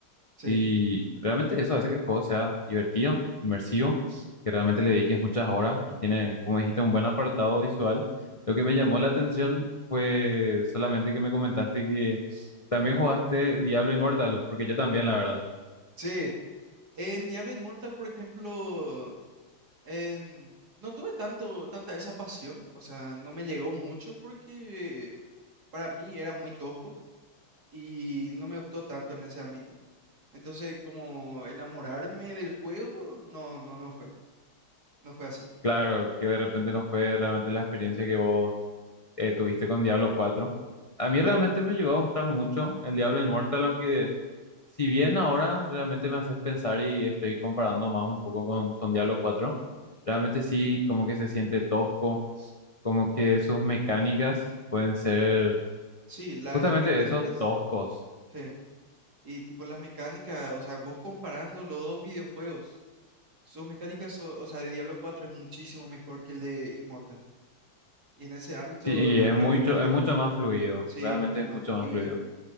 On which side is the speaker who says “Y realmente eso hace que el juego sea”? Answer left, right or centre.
Left